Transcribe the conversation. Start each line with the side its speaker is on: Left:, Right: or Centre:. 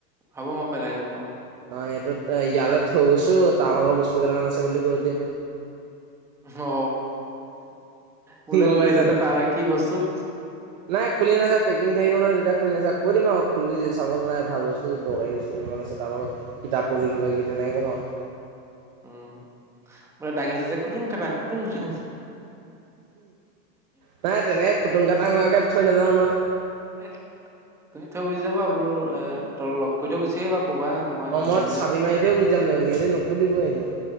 Centre: হব মই পেলাই দিম বাৰু।
Right: অ, এইটোত ইয়ালৈ থৈ গৈছো তাৰ ভাগৰ বস্তু কেইটামান আছে বুলি কৈ দিম।
Centre: অ, বোলে
Right: গম
Centre: খুলি
Right: পাইছা
Centre: থছে
Right: নাই
Centre: তাৰো কি বস্তু?
Right: নাই খুলি নাচ পেকিং থাকিব নয় তেতিয়া খুলি নাচা কৈ দিম আকৌ খুলি চাব নাই ভাল বস্তু দৰকাৰী বস্তু। কিতাপ পঢ়ি কিবা কিবি তেনেকে কম আৰু।
Centre: উম, বোলে দাঙিছে যে ম খুতুং খাটাং - খুতুং খাটাং।
Right: নাই তেনেকে খুটুং কটা মোৱাকে থৈ নাযাও ন।
Centre: এ তুমি থৈ গুচি যাবা বোলো এ তল লগ কৰি থৈ গুচি আহিবা। ক'বা মই
Right: অ,
Centre: যামেই
Right: মত
Centre: বুলি
Right: চাবি মাৰি থহে গুজিাম নহি নুখুলিবইনে।